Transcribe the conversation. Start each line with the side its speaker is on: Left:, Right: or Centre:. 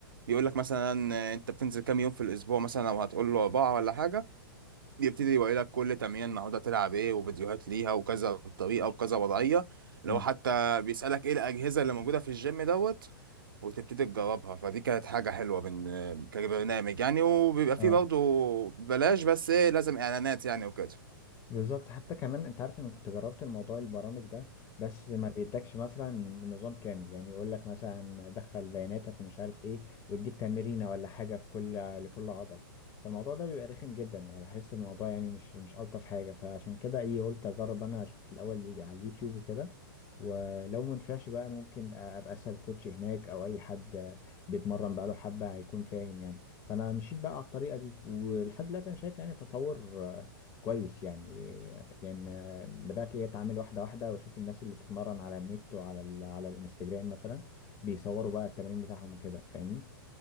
Right: بيقول لك مثلا آه، انت بتنزل كام يوم في الاسبوع مثلا لو هتقول له اربعه ولا حاجه يبتدي يوري لك كل تمرين النهارده تلعب ايه وفيديوهات ليها وكذا طريقه وكذا وضعيه لو
Left: امم
Right: حتى بيسالك ايه الاجهزه اللي موجوده في الجيم دوت وتبتدي تجربها فدي كانت حاجه حلوه من كبرنامج يعني وبيبقى فيه
Left: اه
Right: برضه بلاش بس ايه لازم اعلانات يعني وكده
Left: بالظبط حتى كمان انت عارف انا كنت جربت الموضوع البرامج ده بس ما بيدكش مثلا نظام كامل يعني يقول لك مثلا دخل بياناتك ومش عارف ايه ويديك تمرينه ولا حاجه في كل لكل عضله فالموضوع ده بيبقى رخم جدا انا بحس إن الموضوع يعني مش مش الطف حاجه فعشان كده ايه قلت اجرب انا اشوف الاول ي- على اليوتيوب وكده ولو ما نفعش بقى ممكن ابقى اسال كوتش هناك او اي حد بيتمرن بقاله حبه هيكون فاهم يعني فانا مشيت بقى على الطريقه دي ولحد دلوقتي انا شايف يعني تطور كويس يعني لان بدات ايه اتعامل واحده واحده واشوف الناس اللي بتتمرن على النت وعلى ال... على الانستجرام مثلا بيصوروا بقى التمرين بتاعهم وكده فاهمني